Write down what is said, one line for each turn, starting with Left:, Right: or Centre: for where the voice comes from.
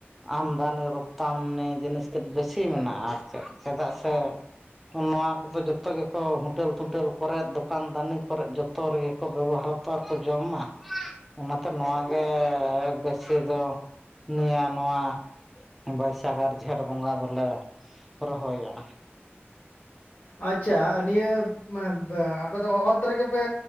Centre: ᱟᱢᱫᱟᱱᱤ ᱨᱚᱯᱛᱟᱱᱤ ᱡᱤᱱᱤᱥ ᱛᱮᱫ ᱵᱮᱥᱤ ᱢᱮᱱᱟᱜᱼᱟ ᱟᱨ ᱪᱮᱫ ᱪᱮᱫᱟᱜ ᱥᱮ ᱱᱚᱣᱟ ᱠᱚᱫᱚ ᱡᱚᱛᱚ ᱜᱮᱠᱚ ᱦᱳᱴᱮᱞ ᱛᱳᱴᱮᱞ ᱠᱚᱨᱮ ᱫᱚᱠᱟᱱ ᱫᱟᱹᱱᱤ ᱠᱚᱨᱮ ᱡᱚᱛᱚ ᱡᱚᱛᱚ ᱨᱮᱜᱮ ᱠᱚ ᱵᱮᱵᱚᱦᱟᱨ ᱛᱚ ᱟᱨ ᱠᱚ ᱡᱚᱢᱟ ᱚᱱᱟᱛᱮ ᱱᱚᱣᱟ ᱜᱮ ᱵᱮᱥᱤ ᱫᱚ ᱱᱤᱭᱟᱹ ᱱᱚᱣᱟ ᱵᱟᱹᱭᱥᱟᱜᱽ ᱟᱨ ᱡᱷᱮᱸᱴ ᱵᱚᱸᱜᱟ ᱫᱚᱞᱮ ᱨᱚᱦᱚᱭᱟ
Left: ᱟᱪᱪᱷᱟ ᱱᱤᱭᱟᱹ ᱢᱟᱱᱮ ᱟᱯᱮ ᱫᱚ ᱚᱛ ᱨᱮᱜᱮ ᱯᱮ